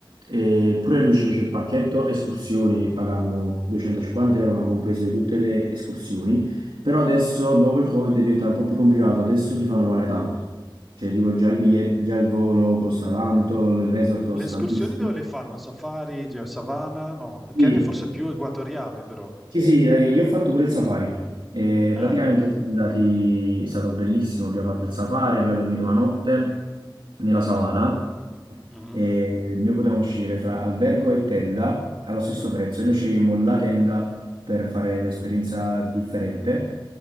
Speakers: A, on the right; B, in the centre.
A: E pure lui ci fece il pacchetto escursioni, pagammo 250 euro, ma compreso di tutte le escursioni. Però adesso, dopo il Covid, è diventato un po' più complicato. Adesso ti fanno pagare tanto. Cioè, tipo, già il biglietto, già il volo costa tanto, il resort costa
B: Le escursioni
A: tantissimo.
B: dove le fanno? Safari, geo- savana? No, il
A: Sì,
B: Kenya è forse più equatoriale però.
A: sì, sì, eh, io ho fatto pure il safari. E
B: Ah,
A: praticamente siamo andati, è stato bellissimo. Abbiamo fatto il safari, abbiamo dormito una notte nella savana.
B: mhm,
A: e noi potevamo scegliere fra albergo e tenda allo stesso prezzo. E Noi scegliemmo la tenda per fare un'esperienza differente.